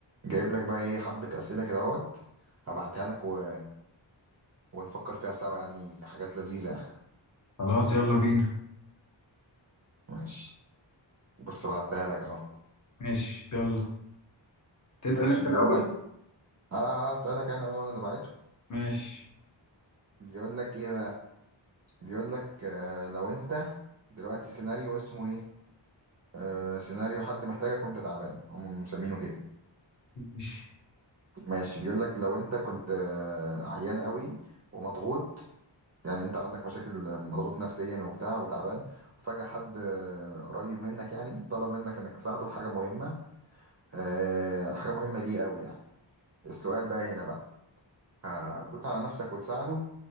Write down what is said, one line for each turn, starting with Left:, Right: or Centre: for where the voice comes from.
Right: جايب لك بقى ايه حبة أسئلة كده اهوت هبعتها لك و... ونفكر فيها سوا يعني حاجات لذيذة يعني.
Left: خلاص يلا بينا
Right: ماشي بص بعتها لك اهو
Left: ماشي يلا تسأل
Right: ماشي
Left: انت
Right: بيقول
Left: الأول
Right: لك اه آه، اسألك انا بقى ما انا اللي بعته
Left: ماشي
Right: بيقول لك ايه بقى بيقول لك آه لو انت دلوقتي سيناريو اسمه ايه آه سيناريو حد محتاجك وانت تعبان هم مسمينه كده
Left: ماشي
Right: ماشي بيقول لك لو انت كنت آه عيان قوي ومضغوط يعني انت عندك مشاكل مضغوط نفسيا وبتاع وتعبان وفجأة حد آه، قريب منك يعني طلب منك انك تساعده في حاجة مهمة آه، حاجة مهمة ليه قوي يعني السؤال بقى هنا بقى هتدوس على نفسك وتساعده